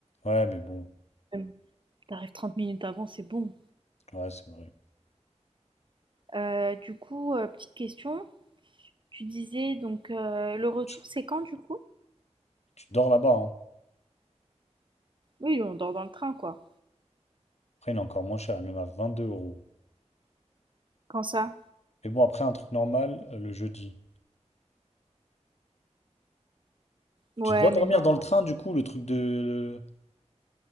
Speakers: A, on the left (about 65°); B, on the right (about 45°).
A: Ouais, mais bon.
B: Même, T'arrives 30 minutes avant, c'est bon.
A: Ouais, c'est vrai.
B: Euh, du coup, euh, petite question. Tu disais, donc, euh, le retour,
A: Tu,
B: c'est quand, du coup?
A: tu dors là-bas. hein.
B: Oui, on dort dans le train, quoi.
A: Après, il est encore moins cher. Il est même à 22 euros.
B: Quand ça?
A: Mais bon, après, un truc normal euh, le jeudi.
B: Ouais,
A: Tu dois dormir
B: mais non,
A: dans
B: non.
A: le train, du coup, le truc de...